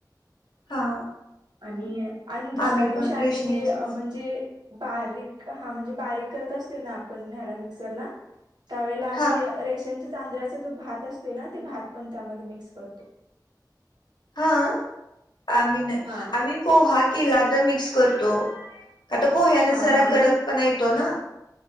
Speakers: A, on the left; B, on the right.
A: हा.
B: आणि आणि दुसऱ्या
A: आम्ही पण
B: दिवशी आम्ही
A: रेशनिंगचच
B: जे म्हणजे बारीक हा म्हणजे बारीक करत असतोय ना आपण ह्याला मिक्सरला. त्यावेळेला आम्ही
A: हा
B: रेशनच तांदळा्चा जो भात असतोय ना, ते भात पण त्यामध्ये मिक्स करतो.
A: हा? आम्ही नई
B: हा
A: आम्ही पोहा केला तर मिक्स करतो. आता पोह्याने
B: हा
A: जरा
B: हा म्हणजे
A: कडक पण येतो ना.